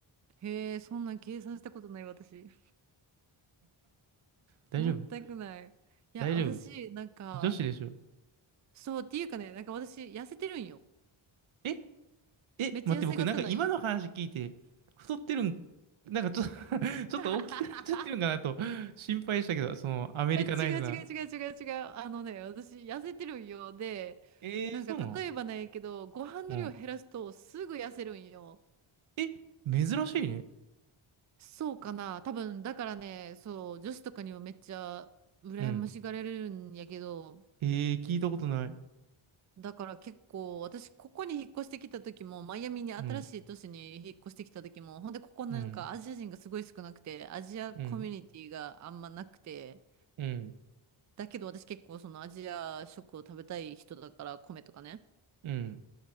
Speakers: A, on the right (about 40°); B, on the right (about 70°).
A: へえ、そんなん計算したことない、私。<laughs>
B: 大丈夫
A: 全くない。いや、
B: 大丈夫
A: 私、なんか、
B: 女子でしょ
A: そう、っていうかね、なんか私、痩せてるんよ。
B: ええ待って僕なんか今の話聞いて太ってるん、
A: めっちゃ痩せ型なんよ。
B: なんかちょっと <laughs>
A: <laughs>
B: ちょっと大きくなっちゃってるんかなと心配したけど、そのアメリカナイズな。
A: え違う違う違う違う違う。あのね、私、痩せてるんよ。で、
B: えー、
A: なんか、
B: そうなの
A: 例えばなんやけど、ご飯の量減らすと、
B: うん。
A: すぐ痩せるんよ。
B: え、珍しいね。
A: そうかな。多分、だからね、そう、女子とかにもめっちゃ、羨ましがれるんやけど、
B: うん。ええー、聞いたことない。
A: だから結構、私、ここに引っ越してきた時も、マイアミに新しい都市に引っ越してきた時も、
B: うん、
A: ほんで、ここなんかアジア人がすごい少なくて、
B: うん、
A: アジアコミュニティがあんまなくて、
B: うん、うん、
A: だけど私結構そのアジア食を食べたい人だから、米とかね。
B: うん、